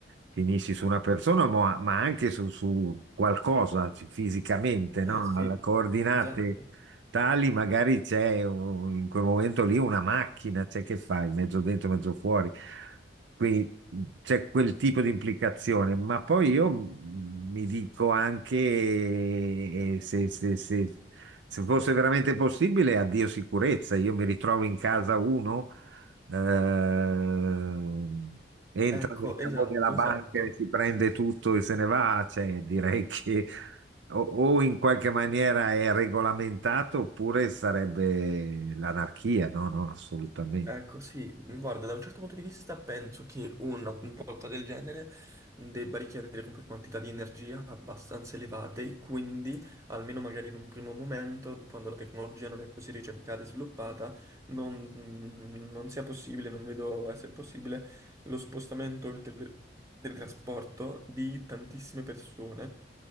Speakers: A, on the right (about 90°); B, on the right (about 15°).
A: finisci su una persona, ma, ma anche su, su qualcosa ci- fisicamente,
B: Eh
A: no,
B: sì,
A: alla coordinate
B: esatto.
A: tali, magari c'è un- in quel momento lì una macchina, c'è che fai, mezzo dentro, mezzo fuori. Quindi mhmm, c'è quel tipo di implicazione, ma poi io mhmm, mi dico anche eh, se, se- se- se fosse veramente possibile, addio sicurezza, io mi ritrovo in casa uno, eh, entra
B: Ecco,
A: nel cavo
B: esatto,
A: della banca
B: esatto.
A: e si prende tutto e se ne va, cioè, direi che o, o in qualche maniera è regolamentato oppure sarebbe l'anarchia, no, no, assolutamente.
B: Ecco, sì, mm, guarda, da un certo punto di vista penso che una volta del genere debba richiedere comunque quantità di energia abbastanza elevate, e quindi, almeno magari in un primo momento, quando la tecnologia non è così ricercata e sviluppata, non, mm, non sia possibile, non vedo essere possibile, lo spostamento il tele- del trasporto di tantissime persone.